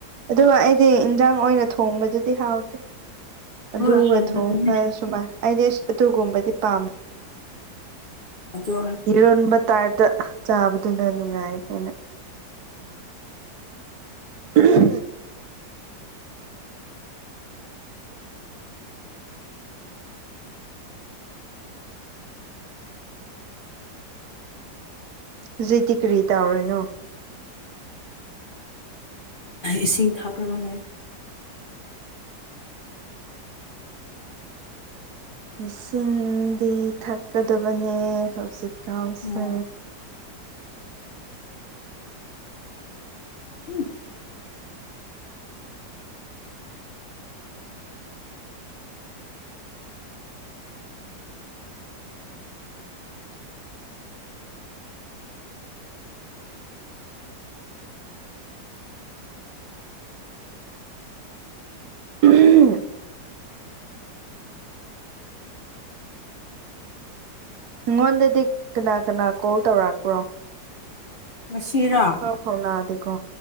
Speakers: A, on the right; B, on the left.
A: ꯑꯗꯨꯒ ꯑꯩꯗꯤ ꯏꯟꯖꯥꯡ ꯑꯣꯏꯅ ꯊꯣꯡꯕꯗꯨꯗꯤ ꯍꯥꯎꯇꯦ ꯑꯂꯨꯒ
B: ꯍꯣꯏ ꯍꯥꯎꯇꯕꯅꯦ
A: ꯊꯣꯡ ꯁꯨꯃꯥꯏ ꯑꯩꯗꯤ ꯑꯗꯨꯒꯨꯝꯕꯗꯤ ꯄꯥꯝ
B: ꯑꯗꯨ
A: ꯏꯔꯣꯟꯕ ꯇꯥꯏꯞꯇ ꯆꯥꯕꯗꯨꯅ ꯅꯨꯡꯉꯥꯏ ꯍꯥꯏꯅ <inaudible> ꯍꯧꯖꯤꯛꯇꯤ ꯀꯔꯤꯇꯥꯎꯔꯤꯅꯣ
B: ꯏꯁꯤꯡ ꯊꯛꯔꯒ ꯂꯩ
A: ꯏꯁꯤꯡꯗꯤ ꯊꯛꯀꯗꯕꯅꯦ ꯍꯧꯖꯤꯛꯀꯥꯟꯁꯦ
B: ꯎꯝ ꯎꯝ
A: <inaudible> ꯅꯉꯣꯟꯗꯗꯤ ꯀꯅꯥ ꯀꯅꯥ ꯀꯣꯜ ꯇꯧꯔꯛꯄ꯭ꯔꯣ
B: ꯉꯁꯤꯔꯥ
A: ꯄꯥꯎ ꯐꯥꯎꯅꯗꯦꯀꯣ